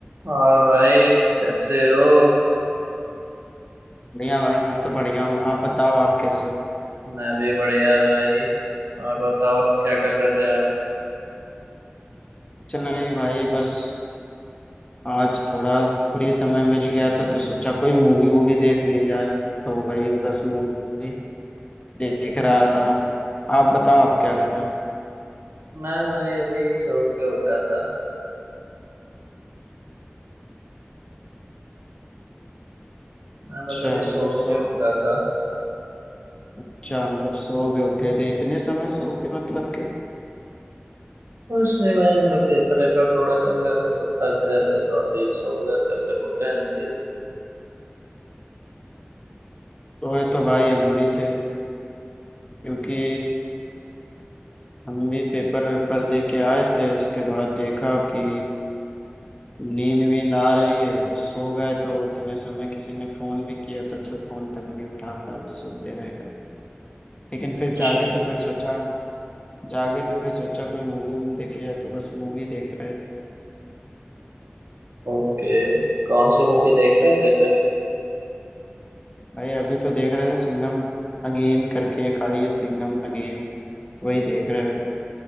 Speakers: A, on the right (about 70°); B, on the left (about 25°).
A: और भाई कैसे हो
B: बढ़िया भाई मैं तो बढ़िया हूँ आप बताओ आप कैसे हो
A: मैं भी बढ़िया भाई और बताओ क्या कर रहे थे आप
B: कुछ नहीं भाई बस आज थोड़ा फ्री समय मिल गया था तो सोचा कोई मूवी वूवी देख ली जाए तो वही बस मूवी देख रहा था आप बताओ आप क्या कर रहे हो
A: मैं भाई अभी सो के उठा था मैं बस
B: अच्छा
A: अभी सो
B: मतलब सो
A: के उठा था
B: अच्छा मतलब सो गए उठे थे इतने समय सो के मतलब कि
A: कुछ नहीं भाई मतलब पेपर वेपर थोड़ा चल रहे थे तो थक गए थे तो अभी सो गए थे फिर उठे हैं अभी अभी
B: सोए तो भाई हम भी थे क्योंकि हम भी पेपर वेपर दे के आए थे उसके बाद देखा कि नींद वींद आ रही है तो सो गए तो उतने समय किसी ने फोन भी किया तब तो फोन तक नहीं उठा पाया बस सोते रह गए लेकिन फिर
A: अच्छा
B: जागे तो फिर सोचा जागे तो फिर सोचा कोई मूवी वूवी देखी जाए तो बस मूवी देख रहे थे
A: ओके कौन सी मूवी देख रहे थे फिर
B: भाई अभी तो देख रहे थे सिंघम अगेन करके एक आई है सिंघम अगेन वही देख रहे थे